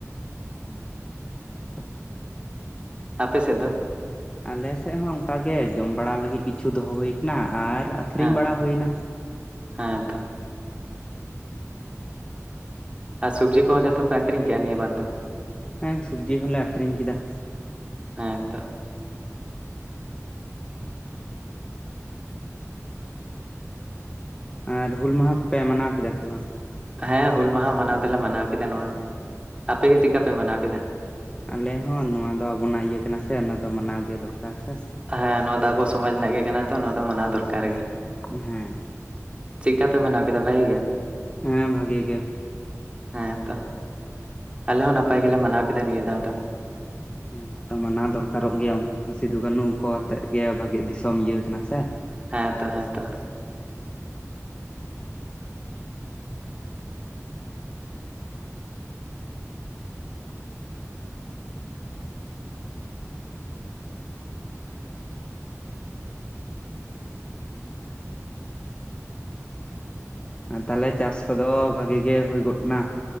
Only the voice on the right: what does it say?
ᱟᱯᱮ ᱥᱮᱫ ᱫᱚ?
ᱦᱮᱸ
ᱦᱮᱸ ᱛᱚ ᱟᱨ ᱥᱚᱵᱡᱤ ᱠᱚᱦᱚ ᱡᱷᱚᱛᱚ ᱯᱮ ᱟᱹᱠᱷᱨᱤᱧ ᱠᱮᱜᱼᱟ ᱱᱤᱭᱟᱹ ᱵᱟᱨ ᱫᱚ?
ᱦᱮᱸ ᱛᱚ᱾
ᱦᱮᱸ ᱦᱩᱹᱞ ᱢᱟᱦᱟ ᱢᱟᱱᱟᱣ ᱫᱚ ᱞᱮ ᱢᱟᱱᱟᱣ ᱠᱮᱫᱟ ᱱᱚᱣᱟ ᱟᱯᱮ ᱜᱮ ᱪᱮᱫ ᱞᱮᱠᱟ ᱯᱮ ᱢᱟᱱᱟᱣ ᱠᱮᱫᱟ?
ᱦᱮᱸ ᱱᱚᱣᱟ ᱫᱚ ᱟᱵᱚ ᱥᱚᱢᱟᱡᱽ ᱨᱮᱱᱟᱜ ᱜᱮ ᱠᱟᱱᱟ ᱛᱚ ᱱᱚᱣᱟ ᱫᱚ ᱢᱟᱱᱟᱣ ᱫᱚᱨᱠᱟᱨ ᱜᱮ᱾
ᱪᱮᱫ ᱠᱟ ᱯᱮ ᱢᱟᱱᱟᱣ ᱠᱮᱫᱟ ᱵᱷᱟᱜᱮ ᱜᱮ?
ᱦᱮᱸ ᱛᱚ ᱟᱞᱮ ᱦᱚᱸ ᱱᱟᱯᱟᱭ ᱜᱮ ᱞᱮ ᱢᱟᱱᱟᱣ ᱠᱮᱫᱟ ᱱᱤᱭᱟᱹ ᱫᱷᱟᱣ ᱫᱚ᱾
ᱦᱮᱸᱛᱚ ᱦᱮᱸᱛᱚ,